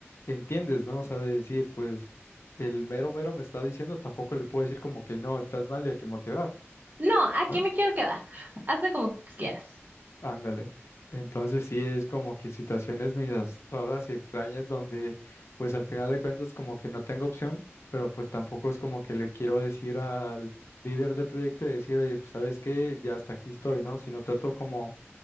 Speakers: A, on the left; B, on the right.
A: entiendes, ¿no? O sea, de decir, pues el mero mero me está diciendo, tampoco le puedo decir como que no, estás mal y aquí me voy a quedar,
B: No, aquí
A: ¿no?
B: me quiero quedar. Hazle como quieras.
A: Ándale. Entonces sí es como que situaciones medias raras y extrañas donde pues al final de cuentas como que no tengo opción, pero pues tampoco es como que le quiero decir al líder de proyecto y decir, oye, pues sabes qué, ya hasta aquí estoy, ¿no? Sino trato como